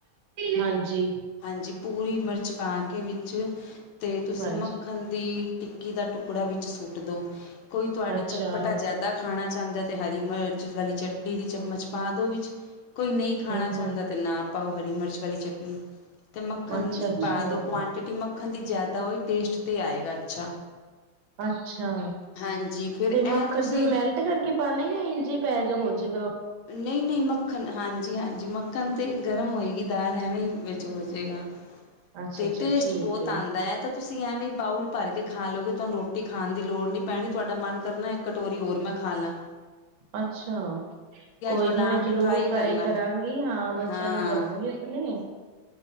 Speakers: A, on the right (about 75°); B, on the left (about 80°).
A: ਹਾਂਜੀ।
B: ਹਾਂਜੀ ਪੂਰੀ ਮਿਰਚ ਪਾ ਕੇ ਵਿੱਚ ਅਤੇ ਤੁਸੀਂ
A: ਹਾਂਜੀ
B: ਮੱਖਣ ਦੀ ਟਿੱਕੀ ਦਾ ਟੁਕੜਾ ਟੁਕੜਾ ਵਿੱਚ ਸੁੱਟ ਦੋ ਕੋਈ ਤੁਹਾਡੇ
A: ਅੱਛਾ।
B: ਚਟਪਟਾ ਜਿਆਦਾ ਖਾਣਾ ਚਾਹੁੰਦਾ ਤੇ ਹਰੀ ਮਿਰਚ ਵਾਲੀ ਚਟਨੀ ਦੀ ਚਮਚ ਪਾ ਦਿਓ ਵਿੱਚ ਕੋਈ ਨਹੀਂ ਖਾਣਾ
A: ਹੂੰ
B: ਚਾਹੁੰਦਾ
A: ਹੂੰ,
B: ਤੇ ਨਾ ਪਾਓ ਹਰੀ ਮਿਰਚ ਵਾਲੀ ਚਟਨੀ ਅਤੇ ਮੱਖਣ
A: ਅੱਛਾ ਅੱਛਾ।
B: ਪਾ ਦਿਉ ਕੁਆਂਟਿਟੀ ਮੱਖਣ ਦੀ ਜ਼ਿਆਦਾ ਹੋਵੇ ਟੇਸਟ 'ਤੇ ਆਏਗਾ। ਅੱਛਾ।
A: ਅੱਛਾ
B: ਹਾਂਜੀ ਫਿਰ
A: ਤੇ
B: ਇਹ
A: ਮੱਖਣ
B: ਤੁਸੀਂ
A: ਫੇਿਰ ਮੈਲਟ ਕਰਕੇ ਪਾਉਣਾ ਹੀ ਆ ਇੰਝ ਪੈ ਜਾ ਹੋ ਜੇ
B: ਨਹੀਂ ਨਹੀਂ ਮੱਖਣ ਹਾਂਜੀ ਹਾਂਜੀ ਮੱਖਣ ਤੇ ਗਰਮ ਹੋਏਗੀ ਦਾਲ ਐਵੇਂ ਹੀ ਵਿੱਚ ਹੋ ਜਾੇਗਾ
A: ਅੱਛਾ
B: ਤੇ
A: ਅੱਛਾ,
B: ਟੇਸਟ
A: ਠੀਕ
B: ਬਹੁਤ ਆਉਂਦਾ ਹੈ ਤਾਂ ਤੁਸੀਂ ਐਵੇਂ ਬਾਊਲ ਭਰ ਕੇ ਖਾ ਲਓਗੇ ਤੁਹਾਨੂੰ ਰੋਟੀ ਖਾਣ ਦੇ ਦੀ ਲੋੜ ਨਹੀਂੀ ਪੈਣੀ ਤੁਹਾਡਾ ਮਨ ਕਰਨਾ ਇੱਕ ਕਟੋਰੀ ਹੋਰ ਮੈਂ ਖਾ ਲਾ
A: ਅੱਛਾ ਕੋਈ
B: ਬਣਾ
A: ਨੀ ਮੈਂ
B: ਕੇ
A: ਜ਼ਰੂਰ ਟਰਾਈ
B: ਕਰਨਾ
A: ਕਰਾਂਗੀ ਹਾਂ ਬੱਚਿਆਂ
B: ਹਾਂ
A: ਨੂੰ ਵੀ ਦੇਵਾਂਗੀ ਆਪਣੇ